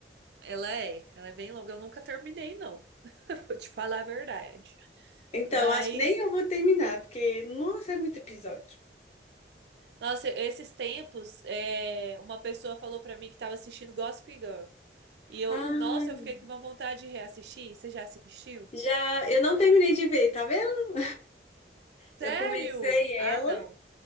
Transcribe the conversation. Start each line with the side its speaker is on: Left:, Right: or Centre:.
Right: Ela é, ela é bem longa. Eu nunca terminei, não. <laughs> Vou te falar a verdade.
Left: Então,
Right: Mas,
Left: acho que nem eu vou terminar, porque, nossa, é muito episódio.
Right: nossa, esses tempos, é, uma pessoa falou pra mim que tava assistindo Gossip Girl. E eu,
Left: Ai,
Right: nossa, eu fiquei com uma vontade de reassistir. Você já assistiu?
Left: já eu não terminei de ver, tá vendo?
Right: Sério?
Left: Eu comecei ela.
Right: Ah, não.